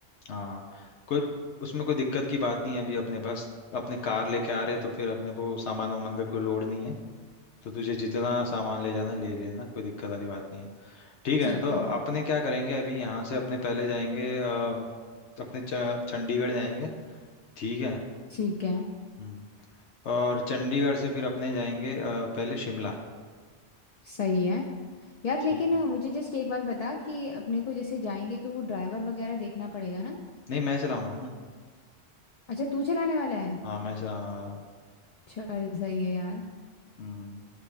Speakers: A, on the left; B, on the left.
A: हाँ कोई उसमें कोई दिक्कत की बात नहीं है अभी अपने पास अपने कार लेके आ रहे हैं तो फिर अपने को सामान वामान का कोई लोड नहीं है तो तुझे जितना सामान ले जाना ले लेना कोई दिक्कत वाली बात नहीं है ठीक
B: ठीक
A: है तो
B: है
A: अपने क्या करेंगे अभी यहाँ से अपने पहले जाएंगे अ, अपने च- चंडीगढ़ जाएंगे ठीक है
B: ठीक है
A: हम्म और चंडीगढ़ से फिर अपने जाएंगे अ, पहले शिमला
B: सही है यार
A: ठीक
B: लेकिन अ, मुझे जस्ट एक बात बता कि अपने को जैसे जाएंगे तो ड्राइवर वगैरह देखना पड़ेगा ना
A: नहीं मैं चलाऊंगा ना
B: अच्छा तू चलाने वाला है
A: हाँ मैं चलाने वाला हूँ।
B: चल सही है यार
A: हम्म